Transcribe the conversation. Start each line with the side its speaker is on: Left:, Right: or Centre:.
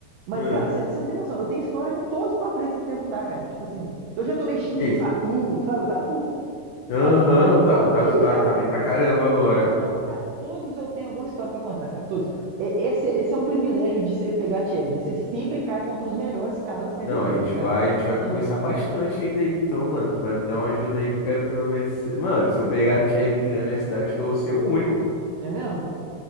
Right: Mas,
Left: Hã,
Right: cara, você não tem noção, eu tenho história com todos os pro player que você perguntar, cara. Tipo assim, eu já tomei xingo
Left: que
Right: do
Left: isso?
Right: Tatu, sabe o Tatu?
Left: Aham,
Right: Que tá bem pra caramba
Left: o Ta-
Right: agora?
Left: o Tatu
Right: Ih,
Left: tá,
Right: já!
Left: tá bem pra caramba agora.
Right: É, não, cara, todos eu tenho alguma história pra contar, cara, todos. É, esse, esse é um privilégio de você pegar challenge, você sempre cai contra os melhores caras do servidor,
Left: Não, a gente
Right: tá ligado?
Left: vai, a gente vai
Right: Sempre.
Left: conversar bastante ainda, aí. então, mano, tu vai me dar uma ajuda aí que eu quero pelo menos. Mano, se eu pegar a Chad aqui na minha cidade, acho que eu vou ser o único.
Right: É mesmo?